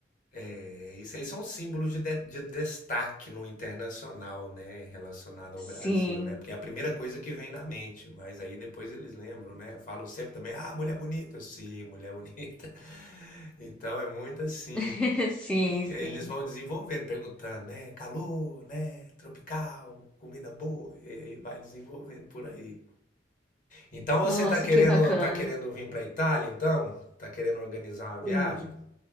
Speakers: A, on the left; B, in the centre.
A: é, isso aí são símbolos de, de- de destaque no internacional, né? Relacionado
B: Sim,
A: ao Brasil, né? Porque é a primeira coisa que vem na mente, mas aí depois eles lembram, né? Falam sempre também, ah, mulher bonita. Eu, Sim, mulher bonita. <laughs> Então é muito assim.
B: <laughs> sim,
A: Eles
B: sim.
A: vão desenvolvendo, perguntando, né? Calor, né? Tropical, comida boa, e aí vai desenvolvendo por aí. Então você
B: Nossa,
A: tá querendo,
B: que bacana.
A: tá querendo vir pra Itália, então? Tá querendo organizar uma viagem?
B: Sim.